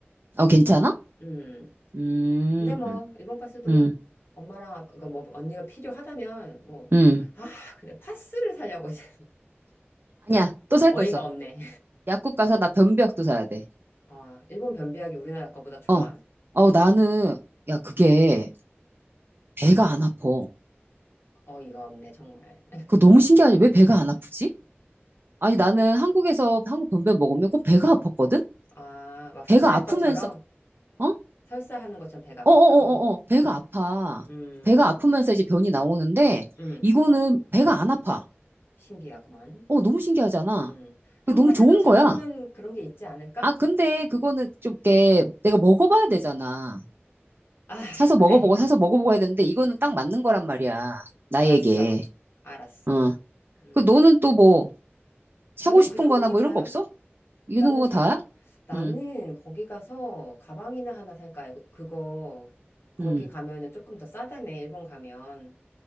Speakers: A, on the right (about 55°); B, on the left (about 60°).
A: 어 괜찮아?
B: 음.
A: 음,
B: 근데 뭐, 일본 파스도
A: 음,
B: 엄마랑, 그니까 뭐, 언니가 필요하다면, 뭐,
A: 음
B: 아, 근데 파스를 살려고 <laughs> 이제
A: 아니야 또 살
B: 어이가
A: 거 있어.
B: 없네.
A: 약국 가서 나 변비약도 사야 돼.
B: 어, 일본 변비약이 우리나라 거보다 좋아?
A: 어. 어, 나는, 야, 그게 배가 안 아파.
B: 어이가 없네, 정말.
A: 그거 너무 신기하지? 왜 배가 안 아프지? 아니, 나는 한국에서 한국 변비약 먹으면 꼭 배가 아팠거든?
B: 아, 막 설사할
A: 배가 아프면서,
B: 것처럼?
A: 어?
B: 설사하는 것처럼 배가
A: 어어어어어,
B: 아팠다고?
A: 배가 아파.
B: 음,
A: 배가 아프면서 이제 변이 나오는데,
B: 음,
A: 이거는 배가 안 아파.
B: 신기하구만.
A: 어, 너무 신기하잖아.
B: 음, 한국에서도
A: 그 너무 좋은
B: 찾아보면
A: 거야.
B: 그런 게 있지 않을까?
A: 아, 근데 그거는 좀, 이렇게 내가 먹어봐야 되잖아.
B: 아,
A: 사서 먹어보고,
B: 그래.
A: 사서 먹어보고 해야 되는데, 이거는 딱 맞는 거란 말이야. 나에게.
B: 알았어. 알았어.
A: 어.
B: 음,
A: 그 너는 또 뭐 사고
B: 나는
A: 싶은
B: 그 정도가
A: 거나 뭐
B: 다야.
A: 이런 거 없어? 이런
B: 나는
A: 거
B: 사,
A: 다야?
B: 나는
A: 응,
B: 거기 가서 가방이나 하나 살까? 그거, 거기
A: 응,
B: 가면은 조금 더 싸다며, 일본 가면.